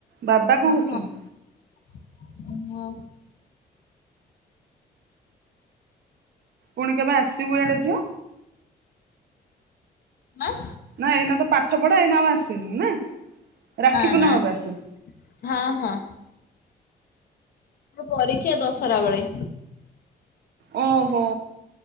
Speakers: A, on the right (about 70°); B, on the left (about 60°).
A: ବାବା କଣ
B: ହଁ
A: କରୁଛନ୍ତି?
B: ହଁ ହଁ।
A: ପୁଣି କେବେ ଆସିବୁ ଏଇଆଡେ ଝିଅ?
B: ଆଁ?
A: ନା ଏଇନା ତ ପାଠ ପଢା ଏଇନା ଆଉ ଆସିନୁ ନା? ରାକ୍ଷୀ
B: ନାଁ
A: ପୂର୍ଣ୍ଣିମାକୁ
B: ନାଁ।
A: ଆସିବୁ
B: ହଁ ହଁ ପରୀକ୍ଷା ଦଶରା ବେଳେ।
A: ଓହୋ